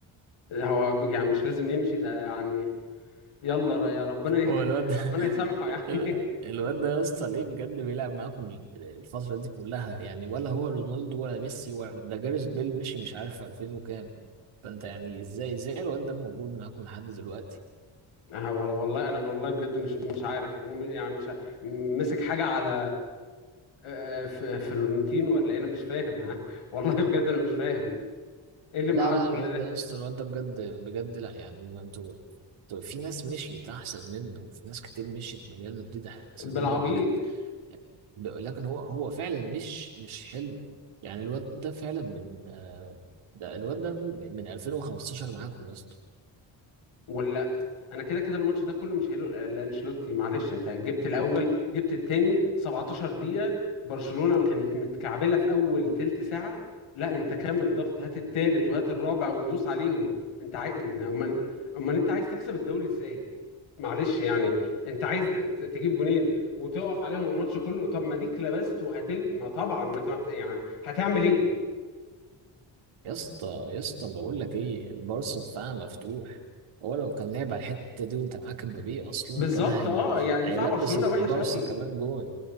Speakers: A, on the left; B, on the right.
A: هو يعني مش لازم يمشي ده يعني يلا يا ربنا ي...
B: هو الواد
A: <laughs>
B: ده
A: ربنا يسامحه يعني
B: <laughs> ال- الواد ده يا اسطى ليه بجد بيلعب معاكم الفترة دي كلها يعني ولا هو رونالدو ولا ميسي ولا ده جاريث بيل مشي مش عارف 2000 وكام فانت يعني ازاي ازاي الواد ده موجود معاكم لحد دلوقتي
A: أه وال- والله انا والله بجد مش مش عارف هو م- يعني مش ع- مسك حاجه على آه، ف- فلورنتينو ولا إيه؟ انا مش فاهم <laughs> والله بجد انا مش فاهم ايه اللي مقعده
B: لا لا
A: كل
B: الواد
A: ده
B: ده يا اسطى الواد ده بجد بجد لا يعني ما انتوا انتوا في ناس مشيت احسن منه وفي ناس كتير مشيت من ريال مدريد احسن
A: بالعبيط
B: منه ولكن لكن هو هو فعلا مش مش حلو يعني الواد ده فعلا من آه، ده الواد ده من من 2015 معاكم يا اسطى
A: ولا انا كده كده الماتش ده كله مش هيلو لانشيلوتي معلش انت جبت الاول جبت التاني 17 دقيقة برشلونة ما كانت متكعبلة في اول تلت ساعة لا انت كمل ضغط هات التالت وهات الرابع ودوس عليهم انت عاي... امال امال انت عايز تكسب الدوري ازاي معلش يعني انت عايز ت- تجيب جونين وتقف عليهم الماتش كله طب ما ديك لبست وهتل ما طبعا ما انت ما بت... يعني هتعمل ايه
B: يا اسطى يا اسطى بقول لك ايه البارسا دفاعها مفتوح هو لو كان لعب على الحته دي وانت معاك مبابي اصلا
A: بالظبط
B: كان هي
A: اه يعني دفاع
B: هيلبس
A: برشلونة
B: البارسا
A: وحش قوي
B: كمان جون